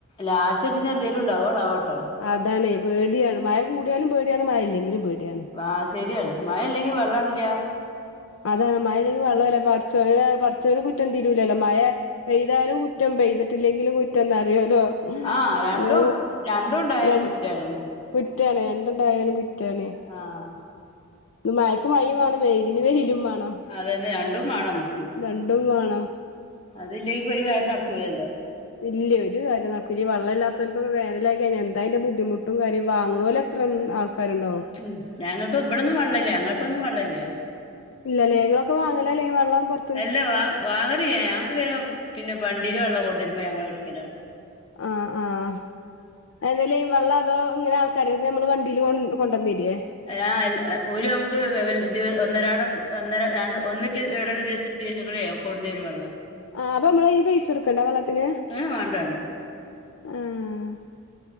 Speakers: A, on the left (about 25°); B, on the left (about 60°).
A: ലാസ്റ്റെച്ച്ട്ട് എന്തേലും ഇണ്ടാവോന്നാവട്ടോ.
B: അതാണെ, പേട്യാണ്. മയ കൂട്യാലും പേട്യാണ് മയ ഇല്ലെങ്കിലും പേട്യാണ്.
A: ആഹ് ശര്യാണ് മയല്ലെങ്കി വെള്ളംല്ല.
B: അതാണ് മഴല്ലെങ്കിൽ വെള്ളൂല്ല. പടച്ചോന് പടച്ചോന് കുറ്റം തീരൂലല്ലോ. മയ പെയ്താലും കുറ്റം പെയ്തിട്ടില്ലെങ്കിലു കുറ്റംന്നറിയോലോ.
A: ആഹ് രണ്ടും
B: അതേ
A: രണ്ടുണ്ടായാലും
B: രണ്ട്
A: കുറ്റാണ്.
B: കുറ്റാണ് രണ്ടുണ്ടായാലും കുറ്റാണ്.
A: ആഹ്.
B: ന്ന് മയക്ക് മയിം വാണം വെയ്ല്ന് വെയ്ലും വാണം.
A: അതന്നെ രണ്ടും മാണമ്മക്ക്.
B: രണ്ടും വാണം.
A: അതില്ലെ ഈ പൊരി കാര്യും നടക്കൂലല്ലൊ.
B: ഇല്ലെ ഒരു കാര്യും നടക്കില്ല ഈ വള്ളല്ലാത്തോൽകൊക്ക വേനലായ്കയ്ഞ്ഞ എന്തായ്ന്റെ ബുദ്ധിമുട്ടും കാര്യും വാങ്ങ്ണോല ത്രം ആൾക്കാര്ണ്ടാവും.
A: ഉം ഞങ്ങക്കൊ ഇപടൊന്നും വള്ളല്ല ഞങ്ങൾക്കൊന്നും വള്ളല്ല.
B: ഇല്ലലെ ങ്ങളൊക്ക വാങ്ങല ലെ വെള്ളം പൊർ
A: അല്ലാ വാ വാങ്ങലിയ്യ ഞാക്ക് പിന്നെ വണ്ടീല് വെള്ളം കൊട്ന്നരുമ്പ ഞങ്ങള്ട്ക്കലാണ്.
B: ആഹ് ആഹ് എന്ത ലൈം വെള്ളതോ ങ്ങനെ ആൾക്കാരെട്ത് നമ്മള് വണ്ടീല് കൊണ്ടന്നെര്യേ?
A: ആഹ് അൽ ഓര് നമ്മക് വെവൽ ദിൽ ഒന്നരാടം ഒന്നര രണ്ട് ഒന്ന്ട്ട് ഇടവ് ദിവ്സ് ദിവസങ്ങളെ കൊട്ന്നര് വെള്ളം
B: ആഹ് അപ്പൊ മ്മള് ഇ പൈസ കൊടുക്കണ്ടെ വെള്ളത്തിന്
A: ഏ വേണ്ട വേണ്ട
B: ആഹ്